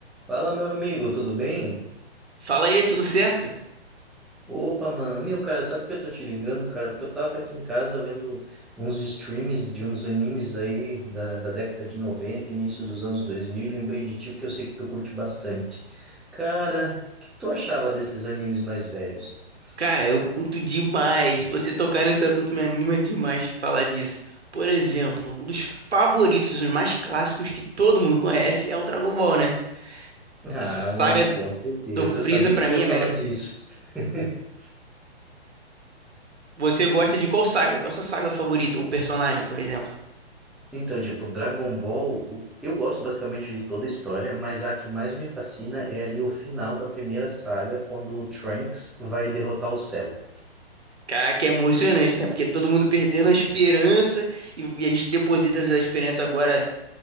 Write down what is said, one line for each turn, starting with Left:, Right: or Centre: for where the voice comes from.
Centre: Fala, meu amigo, tudo bem?
Right: Fala aí, tudo certo?
Centre: Opa, mano, meu cara, sabe que eu tô te ligando, cara? Porque eu tava aqui em casa vendo uns streams de uns animes aí da, da década de 90, início dos anos 2000 e lembrei de ti porque eu sei que tu curte bastante. Cara, o que tu achava desses animes mais velhos? <laughs>
Right: Cara, eu curto demais. Você tocar nesse assunto me anima demais falar disso. Por exemplo, um dos favoritos, os mais clássicos que todo mundo conhece é o Dragon Ball, né?
Centre: Ah,
Right: A saga
Centre: mano, com certeza,
Right: do Freeza
Centre: eu sabia
Right: pra
Centre: que tu
Right: mim
Centre: ia
Right: é
Centre: falar
Right: a melhor que
Centre: disso.
Right: tem.
Centre: <laughs>
Right: Você gosta de qual saga? Qual a sua saga favorita ou personagem, por exemplo?
Centre: Então, tipo, Dragon Ball, o- eu gosto basicamente de toda a história, mas a que mais me fascina é ali o final da primeira saga, quando o Trunks vai derrotar o Cell.
Right: Caraca, é emocionante, né? Porque todo mundo perdendo a esperança e e a gente deposita essa esperança agora